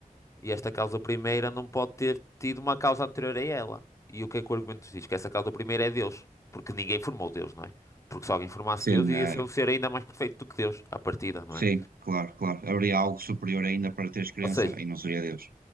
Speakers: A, on the left (about 20°); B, on the right (about 85°).
A: E esta causa primeira não pode ter tido uma causa anterior a ela. E o que é que o argumento nos diz? Que essa causa primeira é Deus. Porque ninguém formou Deus, não é? Porque se alguém formasse
B: sim,
A: Deus, ia
B: eh,
A: ser um ser ainda mais perfeito do que Deus, à partida, não
B: sim,
A: é?
B: claro, claro. Haveria algo superior ainda para teres crença
A: Ou seja,
B: e não seria Deus.